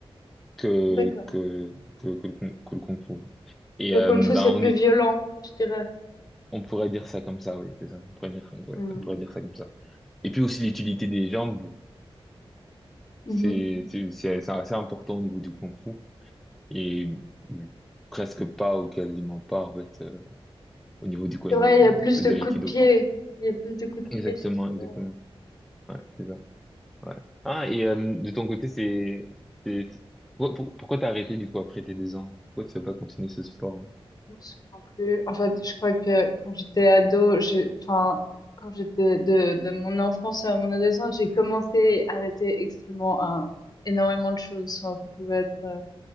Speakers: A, in the centre; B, on the left (about 40°).
A: que
B: D'accord.
A: que que que le, kung- que le kung-fu. Et
B: Le
A: euh,
B: kung fu
A: bah
B: c'est
A: on
B: plus
A: est
B: violent, je dirais.
A: on pourrait dire ça comme ça, oui, c'est ça. On pourrait dire ouais,
B: Hmm.
A: on pourrait dire ça comme ça. Et puis aussi l'utilité des jambes,
B: Mhm.
A: c'est c'est c'est c'est assez important au niveau du kung-fu et presque pas ou quasiment pas en fait au niveau du coin
B: C'est vrai,
A: de,
B: il y a plus de
A: de
B: coups
A: l'aïkido,
B: de pied,
A: quoi.
B: il y a plus de coups de
A: Exactement,
B: pied, ça, c'est
A: exactement.
B: vrai.
A: Ouais, c'est ça. Ouais. Ah, et euh, de ton côté, c'est... c'est- c'est- pour- pour- Pourquoi t'as arrêté, du coup, après tes deux ans? Pourquoi tu n'as pas continué ce sport?
B: Je me souviens plus. En fait, je crois que quand j'étais ado, j'ai, enfin, quand j'étais de, de mon enfance à mon adolescence, j'ai commencé à arrêter extrêmement un- énormément de choses. Enfin, ça pouvait être euh,